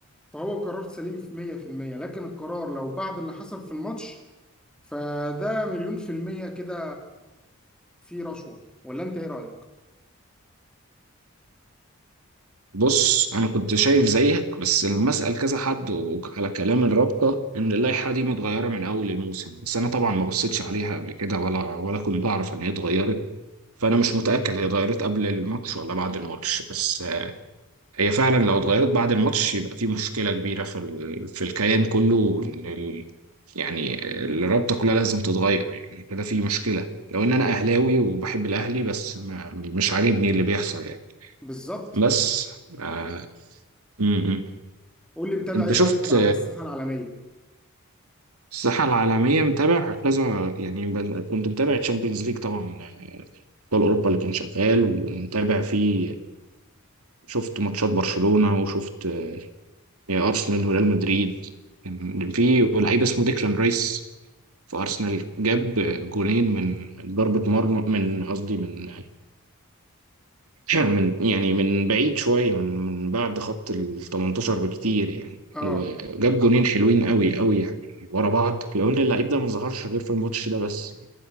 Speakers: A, in the centre; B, on the right.
A: فهو قرار سليم في 100% لكن القرار لو بعد اللي حصل في الماتش فده مليون في المية كده في رشوة ولا انت ايه رأيك
B: بص انا كنت شايف زيك بس لما اسال كذا حد و- على كلام الرابطه ان اللائحه دي متغيره من اول الموسم بس انا طبعا ما بصيتش عليها قبل كده ولا ولا كنت اعرف ان هي اتغيرت فانا مش متاكد هي اتغيرت قبل الماتش ولا بعد الماتش بس آه، هي فعلا لو اتغيرت بعد الماتش يبقى في مشكله كبيره في ال... في الكيان كله وإن ال... يعني الرابطه كلها لازم تتغير يعني كده في مشكله لو ان انا اهلاوي وبحب الاهلي بس ما... مش عاجبني اللي بيحصل يعني
A: بالظبط
B: بس آه... م- م.
A: قول لي متابع
B: انت
A: ايه
B: شفت
A: طيب على الساحة العالمية
B: الساحه العالميه متابع كذا يعني بن- كنت متابع تشامبيونز ليج طبعا ابطال اوروبا اللي كان شغال ومتابع فيه شفت ماتشات برشلونه وشفت آه، ارسنال وريال مدريد كان في لعيب اسمه ديكلان رايس في ارسنال جاب جونين من ضربه مرمى من قصدي من <clears throat> من يعني من بعيد شويه من من بعد خط ال 18 بكتير يعني
A: اه
B: وجاب جونين حلوين قوي قوي يعني ورا بعض لو ان اللعيب ده ما ظهرش غير في الماتش ده بس